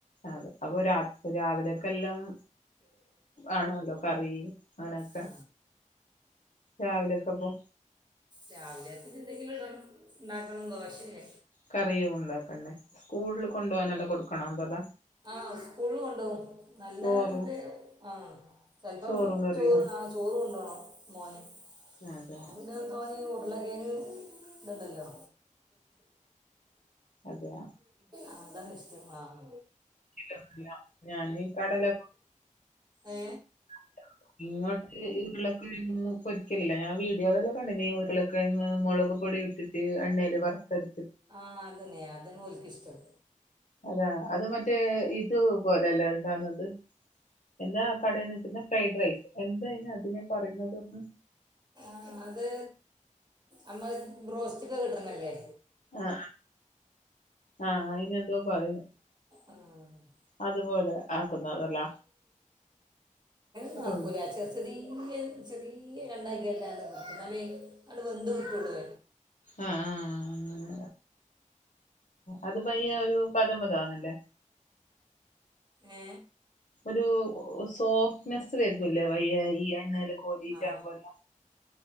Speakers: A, on the left; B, on the right.
A: അതെ അപ്പൊത് രാവിലെക്കെ എല്ലാം ആണല്ലോ കറി അങ്ങനെയൊക്കെ
B: ആ
A: രാവിലൊക്കെ പോ
B: രാവിലെ ത്തിന് എന്തെങ്കിലും ഇട ഉണ്ടാക്കണം ദോശയേ.
A: കറിയും ഉണ്ടാക്കണ്ടേ. കൂടുത കൊപോകാനല്ല കൊടുക്കണം. അന്തത
B: ആഹ് സ്കൂൾ കൊണ്ടാവും നല്ല
A: ചോറും
B: ആഹ് ചിലപ്പം
A: ചോറും കറിയും
B: ചോറ് ആഹ് ചോറ് കൊണ്ടോണം. മോന്
A: അതെ
B: ആഹ് പിന്നെ തോന് ഉരുള കേഴങ്ങ് ഇണ്ടല്ലോ.
A: അതെയ.
B: ആഹ് അതന്ന ഇഷ്ടം ആഹ്
A: ഇല്ലല്ല ഞാനീ കടല.
B: ഏ
A: <inaudible> ഇങ്ങോട്ട് ഉരുളക്കിഴങ്ങ് പൊരിക്കലില്ല ഞാൻ വീഡിയോയിലെല്ലാം കണ്ടിന ഉരുളക്കിഴങ്ങ് മുളക് പൊടിട്ടിട്ട് ത്ത്എണ്ണയിൽ വറുത്തെടു
B: ആഹ്അതന്നെ അതന് ഒലക്ക് ഇഷ്ടം
A: അതാ അത് മറ്റേ ഇത് പോലല്ലേ ഉണ്ടാവകുന്നത് എന്താ കടയിൽ നിക്കുന്ന ഫ്രൈഡ് റൈസ് എന്തായിന് അതിനെ പറയുന്നതന്ന്
B: ആ അത് അമ്മ ബോസ്റ്റക്കെ കിട്ടുന്നല്ലേ
A: ആ ആഹ അയിന് ന്തോ പറയുന്നു
B: ആ
A: അതുപോലെ ആക്കുന്നതല്ല
B: നാക്കൂല
A: എവിടെ
B: ചെറുച്ചടി ന്ന് ചെറിയ രണ്ടാക്ക കേട്ടാ നിൽക്കുന്നത്മേ അണ്ട് വെന്ത് കിട്ടുകുള്ളൂ
A: ആ ആ അങ്ങനെ അത് പയ്യ ഒരു പതു പത മ്പത് ആന്നല്ലേ
B: ഏ
A: ഒരു സോഫ്റ്റ്നെസ്സ് വരുന്നില്ലേ വയ്യ ഈ എണ്ണൽ കോരിറ്റാകുമ്പോല്ല
B: ആ